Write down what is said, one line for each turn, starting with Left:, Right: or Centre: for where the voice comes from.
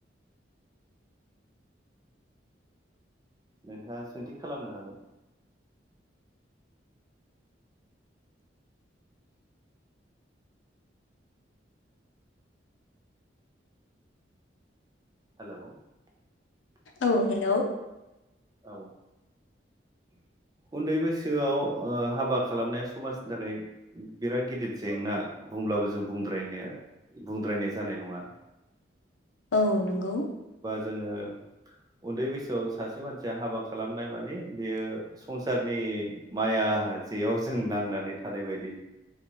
Right: नोंथांङा सोंथि खालामनो हागोन। हेलौ
Left: औ हेलौ
Right: औ उन्दै बैसोआव ओ हाबा खालामनाया समाजनि थाखाय बिराद गिदिर जेंना बुंब्लाबो जों बुंद्रायनो बुंद्रायनाय जानाय नङा।
Left: औ नोंगौ।
Right: जोंङो उन्दै बैसोआव सासे मानसिया हाबा खालामनाय माने बेयो संसारनि माया जेयाव जों नांनानै थानाय बायदि